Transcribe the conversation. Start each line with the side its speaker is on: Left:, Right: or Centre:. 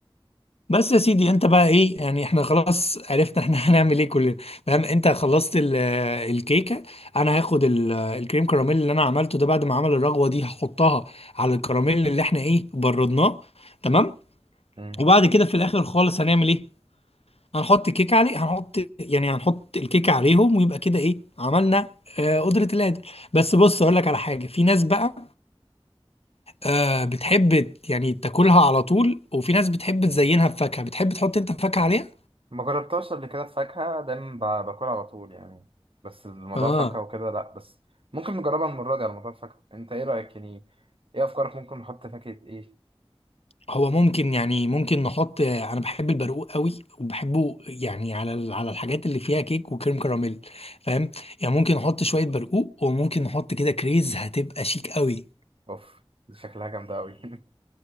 Left: بس يا سيدي انت بقى ايه يعني احنا خلاص عرفنا احنا <laughs> هنعمل ايه كلنا فاهم انت خلصت ال- آه، الكيكه انا هاخد ال- آه، الكريم كراميل اللي انا عملته ده بعد ما عمل الرغوه دي هحطها على الكراميل اللي احنا ايه بردناه تمام
Right: امم
Left: وبعد كده في الاخر خالص هنعمل ايه هنحط الكيكه عليه هنحط يعني هنحط الكيكه عليهم ويبقى كده ايه عملنا آه، قدرة القادر بس بص اقول لك على حاجه في ناس بقى آه بتحب يعني تاكلها على طول وفي ناس بتحب تزينها بفاكهه بتحب تحط انت فاكهه عليها
Right: ما جربتهاش قبل كده الفاكهة دايما ب- باكلها على طول يعني بس الموضوع
Left: اه
Right: الفاكهة وكده لأ بس ممكن نجربها المرة دي على موضوع الفاكهة أنت إيه رأيك يعني إيه أفكارك ممكن نحط فاكهة إيه؟
Left: هو ممكن يعني ممكن نحط انا بحب البرقوق قوي وبحبه يعني على ال- على الحاجات اللي فيها كيك وكريم كراميل فاهم يعني ممكن نحط شويه برقوق وممكن نحط كده كريز هتبقى شيك قوي
Right: أوف دي شكلها جامدة أوي <laughs>